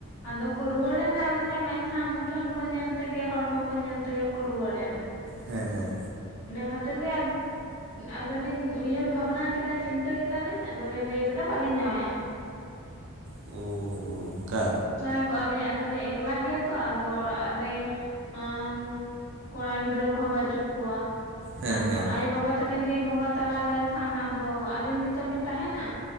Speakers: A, on the left (about 60°); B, on the right (about 55°).
A: ᱟᱫᱚ ᱠᱚ ᱨᱩᱣᱟᱹᱲᱮᱱᱟ ᱟᱹᱞᱤᱧᱟᱜ ᱢᱮᱫᱦᱟ ᱢᱩᱴᱷᱟᱹᱱ ᱠᱚ ᱧᱮᱞ ᱛᱮᱜᱮ ᱦᱚᱲᱢᱚ ᱠᱚ ᱧᱮᱞ ᱛᱮᱜᱮ ᱠᱚ ᱨᱩᱣᱟᱹᱲᱱᱟ
B: ᱦᱮᱸ ᱦᱮᱸ
A: ᱠᱷᱟᱹᱛᱤᱨ ᱜᱮ ᱟᱫᱚᱞᱤᱧ ᱩᱭᱦᱟᱹᱨ ᱵᱷᱟᱵᱽᱱᱟ ᱠᱮᱫᱟ ᱪᱤᱱᱛᱟᱹ ᱠᱮᱫᱟᱞᱤᱧ ᱟᱫᱚᱞᱤᱧ ᱞᱟᱹᱭ ᱠᱮᱫᱟ ᱵᱟᱞᱤᱧ ᱡᱟᱶᱟᱭᱚᱜᱼᱟ᱾
B: ᱳ ᱦᱳ ᱚᱱᱠᱟ
A: ᱛᱟᱦᱮᱸ ᱠᱚᱜ ᱟᱞᱮ ᱟᱫᱚᱞᱮ ᱮᱠᱞᱟ ᱜᱮᱭᱟ ᱛᱚ ᱟᱫᱚ ᱚᱲᱟᱜ ᱨᱮ ᱝ ᱠᱚᱲᱟ ᱜᱤᱫᱽᱨᱟᱹ ᱠᱚᱦᱚᱸ ᱵᱟᱹᱪᱩᱜ ᱠᱚᱣᱟ
B: ᱦᱮᱸ
A: ᱟᱫᱚ
B: ᱦᱮᱸ
A: ᱟᱭᱳᱵᱟᱵᱟ ᱛᱟᱠᱚ ᱟᱹᱠᱤᱱ ᱠᱤᱱ ᱵᱚᱸᱜᱟ ᱛᱟᱞᱟ ᱞᱮᱱᱠᱷᱟᱱ ᱟᱫᱚ ᱟᱹᱞᱤᱧ ᱜᱮᱛᱚᱞᱚᱞᱤᱧ ᱛᱟᱦᱮᱱᱟ